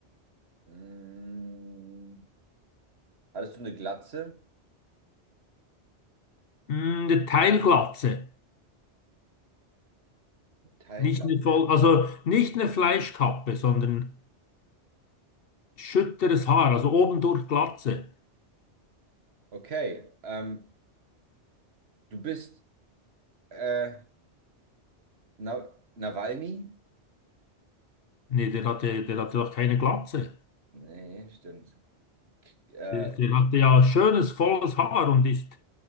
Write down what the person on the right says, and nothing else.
Mm. Hattest du eine Glatze?
Teilglatze.
Okay. Ähm, Du bist äh, Na Nawalny?
Nee, stimmt. Äh,